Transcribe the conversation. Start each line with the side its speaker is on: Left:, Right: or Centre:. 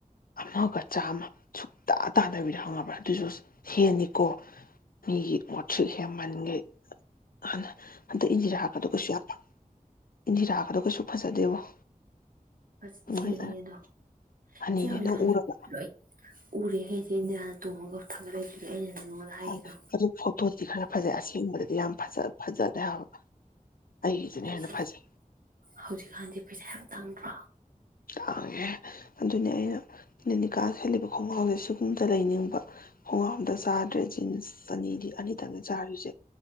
Left: ꯑꯃꯒ ꯆꯥꯝꯃ ꯁꯨꯛꯇ ꯇꯥꯗꯕꯤꯗ ꯍꯪꯉꯕ꯭ꯔꯥ ꯑꯗꯨꯁꯨ ꯍꯦꯟꯅꯤꯀꯣ ꯃꯤꯒꯤ ꯃꯣꯠꯊ꯭ꯔꯤꯁꯤ ꯍꯦꯟꯃꯟꯈꯦꯅ ꯑꯗꯩ ꯏꯟꯖꯤꯔ ꯍꯥꯞꯀꯗꯨ ꯀꯩꯁꯨ ꯌꯥꯝꯄ ꯏꯟꯙꯤꯔꯥꯒꯗꯣ ꯀꯩꯁꯨ ꯐꯖꯗꯦꯕꯣ
Right: ꯄꯁ ꯂꯤꯁꯤꯡ
Left: ꯃꯣꯏ
Right: ꯑꯅꯤꯗꯣ
Left: ꯑꯅꯤꯅꯦ
Right: ꯁꯦ ꯍꯧꯀꯥꯟ
Left: ꯅꯪ ꯎꯔꯕ
Right: ꯂꯣꯏ ꯎꯔꯦ ꯍꯦ ꯆꯦ ꯏꯟꯗꯤꯌꯅ ꯇꯣꯡꯉꯒ ꯍꯞꯊꯒꯠ ꯂꯛꯏꯗꯨꯗꯤ ꯑꯩꯅ ꯅꯉꯣꯟꯗ ꯍꯥꯏꯒꯤꯗꯣ
Left: ꯑꯗꯨ ꯑꯗꯨ ꯐꯇꯣ ꯑꯗꯤ ꯈꯔ ꯐꯖꯩ ꯑꯁꯦꯡꯕꯗꯗꯤ ꯌꯥꯝ ꯐꯖ ꯐꯖꯗꯦ ꯍꯥꯏꯕ ꯑꯩꯒꯤꯁꯤꯅ
Right: ꯑꯗꯨꯁ
Left: ꯍꯦꯟꯅ ꯐꯖꯩ
Right: ꯍꯧꯖꯤꯛꯀꯥꯟꯗꯤ ꯄꯩꯁꯥ ꯌꯥꯝꯇꯪ꯫꯫ <unintelligible>
Left: ꯇꯥꯡꯉꯦ ꯑꯗꯨꯅꯦ ꯑꯩꯅ ꯂꯦꯅꯤꯀꯥ ꯁꯦꯠꯂꯤꯕ ꯈꯣꯡꯒ꯭ꯔꯥꯎꯁꯦ ꯁꯤꯒꯨꯝꯗ ꯂꯩꯅꯤꯡꯕ ꯈꯣꯡꯒ꯭ꯔꯥꯎꯗ ꯆꯥꯗ꯭ꯔꯦ ꯖꯤꯟꯁ ꯑꯅꯤꯗꯤ ꯑꯅꯤꯊꯪꯅ ꯆꯥꯔꯤꯁꯦ